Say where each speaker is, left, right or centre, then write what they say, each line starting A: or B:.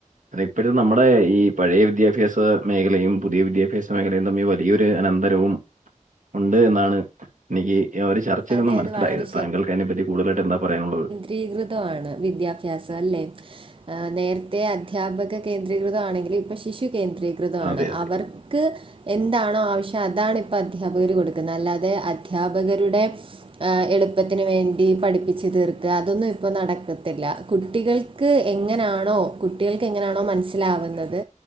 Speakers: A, on the right; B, on the right.
A: അതിപ്പഴും നമ്മടെ ഈ പഴയ വിദ്യാഭ്യാസ മേഖലയും പുതിയ വിദ്യാഭ്യാസ മേഖലയും തമ്മീ വ്യ- വലിയൊരു അനന്തരവും ഉണ്ട് എന്നാണ് എനിക്ക് ആഹ് ഒരു ചർച്ചയിൽ
B: അതെ
A: നിന്നും മനസ്സിലായത്
B: അത് വളരെ
A: താങ്കൾക്ക് അതിനെപ്പറ്റി കൂടുതലായിട്ട് എന്താ പറയാനുള്ളത്
B: തീവൃതവാണ് വിദ്യാഭ്യാസം അല്ലെ ആഹ് നേരത്തെ അധ്യാപക കേന്ദ്രീകൃതവാണെങ്കിലും ഇപ്പൊ ശിശു കേന്ദ്രീകൃതവാണ്
A: അതെ അതെ
B: അവർക്ക് എന്താണോ ആവിശ്യം അതാണ് ഇപ്പോ അദ്ധ്യാപകരു കൊടുക്കുന്നേ അല്ലാതെ അധ്യാപകരുടെ ശ് ആഹ് എളുപ്പത്തിന് വേണ്ടി പഠിപ്പിച്ച് തീർക്കാ അതൊന്നും ഇപ്പൊ നടക്കത്തില്ലാ കുട്ടികൾ ക്ക് എങ്ങനാണോ കുട്ടികൾക്ക് എങ്ങനെയാണോ മനസ്സിലാവുന്നത്